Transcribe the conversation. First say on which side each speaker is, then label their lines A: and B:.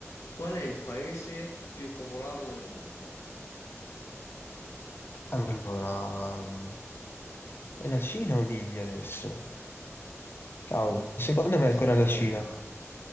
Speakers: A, on the left; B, on the left.
A: qual è il paese più popolato del mondo?
B: Allora, mm, è la Cina o l'India adesso? Cavolo, secondo
A: Questo
B: me è ancora
A: è il dilemma.
B: la Cina.